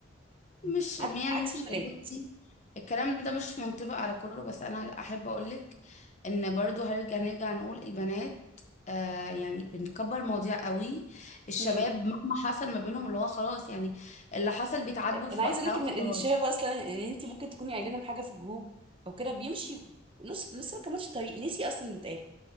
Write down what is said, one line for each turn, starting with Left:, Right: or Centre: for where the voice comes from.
Left: مش يعني
Right: عك- عكس
Left: مش
Right: الولاد
Left: بصي الكلام ده مش منطبق على كله بس انا احب اقولك ان برضو هرجع نرجع نقول البنات آه يعني بنكبر مواضيع قوي الشباب
Right: مم.
Left: مهما حصل ما بينهم اللي هو خلاص يعني اللي حصل بيتعاتبوا في
Right: انا عايزه
Left: وقتها
Right: اقول لك
Left: وخلاص
Right: ان إن شايفه اصلا ان انت ممكن تكوني قايله لهم حاجه في الجروب او كده بيمشي نص لسه ما كملش الطريق نسي اصلا اللي اتقال